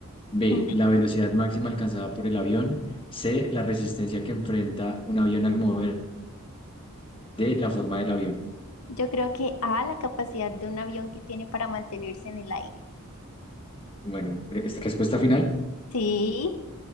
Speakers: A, on the left; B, on the left.
A: B.
B: ujú.
A: La velocidad máxima alcanzada por el avión. C. La resistencia que enfrenta un avión al moverse. D. La forma del avión.
B: Yo creo que A, la capacidad de un avión que tiene para mantenerse en el aire.
A: Bueno, re- esta respuesta final,
B: Sí,